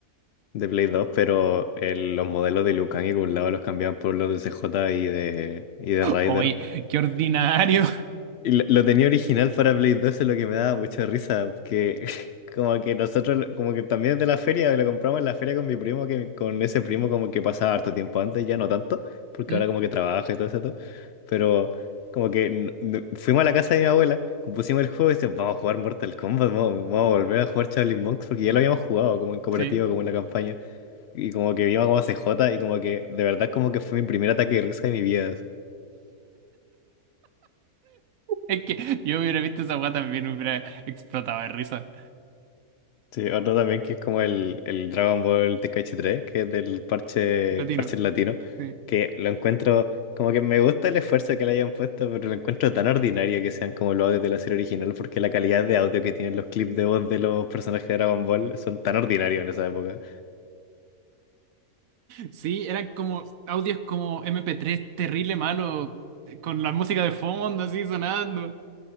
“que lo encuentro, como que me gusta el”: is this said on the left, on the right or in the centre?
Left